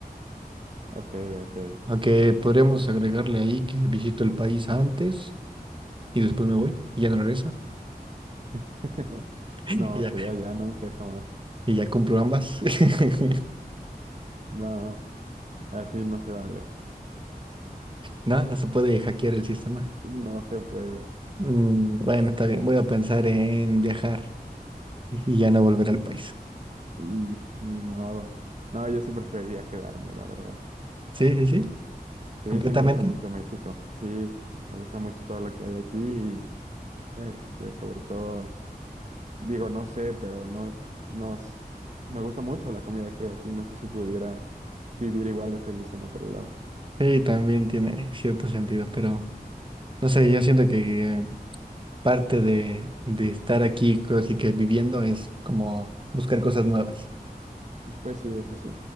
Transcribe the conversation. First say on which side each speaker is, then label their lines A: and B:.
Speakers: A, on the right; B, on the right.
A: Ok, ok.
B: Aunque podríamos agregarle ahí que visito el país antes y después me voy y ya no regreso
A: <laughs>
B: <laughs>
A: No,
B: Y ya,
A: sería ya nunca jamás.
B: y ya cumplo ambas. <laughs>
A: No. Así no se vale.
B: No, no se puede hackear el sistema.
A: No se puede.
B: Mm, Bueno, está bien, voy a pensar en viajar y y ya no volver al país.
A: Y ni modo. No, yo sí preferiría quedarme, la verdad.
B: Sí, sí, sí,
A: Sí,
B: completamente.
A: sí me gusta mucho México. Sí, me gusta mucho todo lo que hay aquí y este, sobre todo, digo, no sé, pero no, nos, me gusta mucho la comida que hay aquí. No sé si pudiera vivir igual de feliz en otro lado.
B: Sí, también tiene cierto sentido, pero no sé, yo siento que parte de, de estar aquí, así que viviendo, es como buscar cosas nuevas.
A: Pues sí, eso sí.